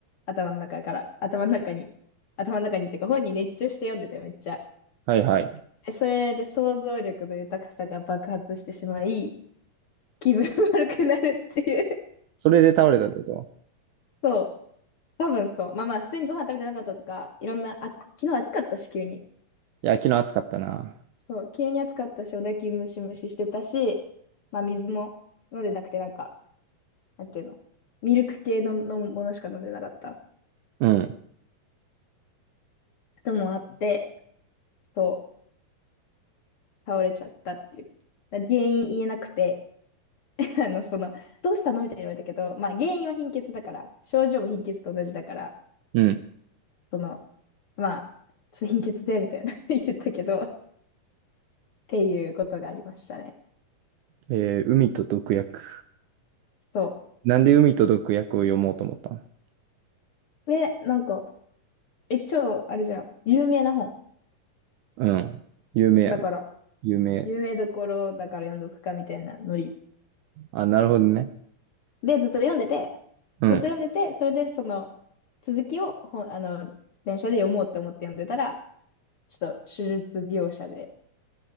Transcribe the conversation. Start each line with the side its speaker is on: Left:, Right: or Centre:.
Left: 頭の中から、頭の中に、頭の中にっていうか、本に熱中して読んでて、めっちゃ。
Right: はいはい。
Left: で、それで想像力の豊かさが爆発してしまい、気分悪くなるっていう。
Right: それで倒れたってこと
Left: そう。多分そう。まあまあ、普通にご飯食べてなかったとか、いろんな、あ、昨日暑かったし、急に。
Right: いや、昨日暑かったな。
Left: そう、急に暑かったし、おだきムシムシしてたし、まあ水も飲んでなくて、なんか、なんていうの、ミルク系の飲むものしか飲んでなかった
Right: うん、
Left: ともあって、そう、倒れちゃったっていう。だ原因言えなくて、<laughs> あの、その、どうしたのみたいに言われたけど、まあ原因は貧血だから、症状も貧血と同じだから、
Right: うん。
Left: その、まあ、ちょっと貧血で、みたいな <laughs> 言ったけど、っていうことがありましたね。
Right: えー、海と毒薬。
Left: そ
Right: なんで海と毒薬を読もうと思ったん
Left: う。で、なんか、え、超、あれじゃん、有名な本。
Right: うん。有名やな。
Left: だから、
Right: 有名。
Left: 有名どころだから読んどくかみたいなノリ。
Right: あ、なるほどね。
Left: で、ずっと読んでて、
Right: うん。
Left: ずっと読んでて、それでその続きをほん、あの、電車で読もうと思って読んでたら、ちょっと手術描写で、